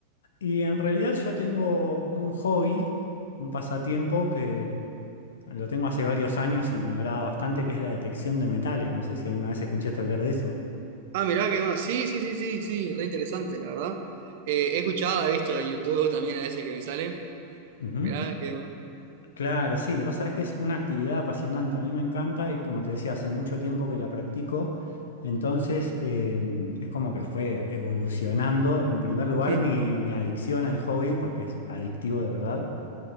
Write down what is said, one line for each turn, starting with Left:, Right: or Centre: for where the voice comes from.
Left: Y en realidad yo tengo un hobby, un pasatiempo que lo tengo hace varios años y me agrada bastante, que es la detección de metales. No sé si alguna vez escuchaste hablar de eso.
Right: Ah, mirá, qué más, sí, sí, sí, sí, sí, re interesante, la verdad. Eh, he escuchado, he visto en YouTube también a veces que me sale,
Left: Ujú.
Right: mirá, qué más.
Left: Claro, sí, vos sabés que es una actividad apasionante, a mí me encanta y como te decía, hace mucho tiempo que la practico, entonces eh, es como que fue evolucionando, en primer lugar,
Right: <laughs>
Left: mi, mi adicción al hobby, porque es adictivo de verdad.